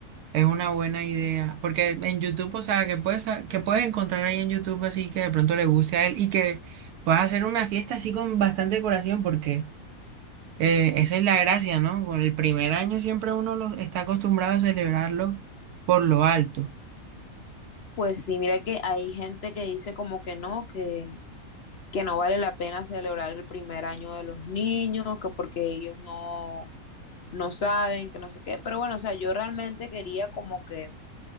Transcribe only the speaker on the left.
Pues sí, mira que hay gente que dice como que no, que, que no vale la pena celebrar el primer año de los niños, que porque ellos no, no saben, que no sé qué. Pero bueno, o sea, yo realmente quería como que